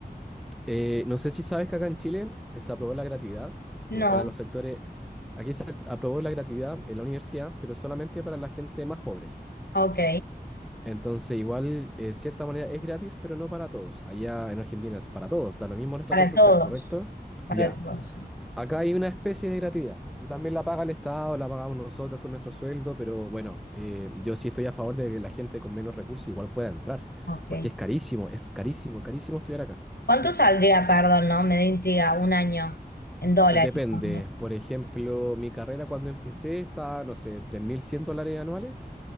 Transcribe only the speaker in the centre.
eh, no sé si sabes que acá en Chile eh, se aprobó la gratuidad eh,
para los sectores... Aquí se aprobó la gratuidad en la universidad, pero solamente para la gente más pobre.
Entonces, igual, de cierta manera es gratis, pero no para todos. Allá en Argentina es para todos, da lo mismo el estrato
social,
¿correcto?
Ya.
Acá hay una especie de gratuidad. Y también la paga el Estado, la pagamos nosotros con nuestro sueldo, pero bueno, eh, yo sí estoy a favor de que la gente con menos recursos igual pueda entrar,
porque es carísimo, es carísimo, carísimo estudiar acá.
Eh, depende,
por ejemplo, mi carrera cuando empecé estaba, no sé, 3.100 dólares anuales